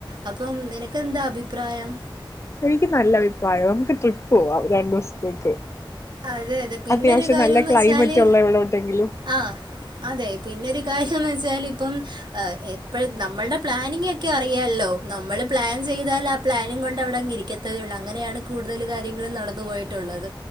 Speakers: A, on the right; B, on the left.
A: അപ്പൊ നിനക്കെന്താഭിപ്രയ? അഭിപ്രായം.
B: എനിക്ക് നല്ല അഭിപ്രായം നമുക്ക് ട്രിപ്പ് പോവാ രണ്ടു ദിവസത്തേക്ക്.
A: അതെ അതെ പിന്നെരു
B: അത്യാവശ്യം
A: കാര്യംന്ന്
B: നല്ല ക്ലൈമറ്റ്
A: വെച്ചാല്
B: ഉള്ള എവിടോട്ടെങ്കിലും
A: ആഹ അതെ പിന്നെരു കാര്യംന്ന് വെച്ചാൽ ഇപ്പം എപ്പഴ നമ്മളുടെ പ്ലാനിങ്ങൊക്കെ അറിയല്ലോ നമ്മള് പ്ലാൻ ചെയ്താൽ ആ പ്ലാനി കൊണ്ട് അവിടെങ്ങ് ഇരിക്കത്തതേ ഉള്ളൂ, അങ്ങനെയാണ് കൂടുതല് കാര്യങ്ങൾ നടന്നു പോയിട്ടുള്ളത്.